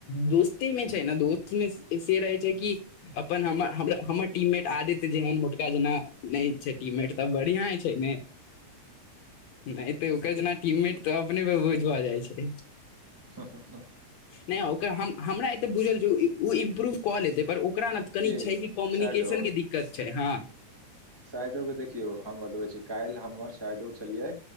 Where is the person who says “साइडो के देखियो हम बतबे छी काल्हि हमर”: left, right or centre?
Right